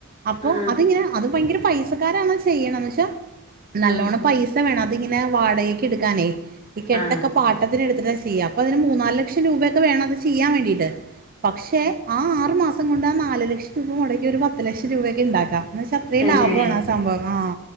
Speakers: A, on the right; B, on the left.
A: അപ്പോ
B: ആ
A: അതിങ്ങനെ അത് ഭയങ്കര പൈസക്കാരാണ് ചെയ്യണന്ന് വെച്ചാ നല്ലോണം
B: ആ ആ
A: പൈസ വേണം അതിങ്ങനെ വാടകൊക്കെ എടുക്കാനേ ഈ കെട്ടൊക്കെ
B: ആ
A: പാട്ടത്തിന് എടുത്തിട്ടാ ചെയ്യുക അപ്പൊ അതിന് മൂന്നാല് ലക്ഷം രൂപൊക്കെ വേണം അത് ചെയ്യൻ വേണ്ടീട്ട് പക്ഷെ ആ ആറു മാസം കൊണ്ട് ആ നാല് ലക്ഷം രൂപ മുടക്കി ഒരു പത്ത് ലക്ഷം രൂപക്ക് ഉണ്ടാക്കാം എന്നത്രയും
B: തന്നെ
A: ലാഭമാണ് ആ സംഭവം ആഹ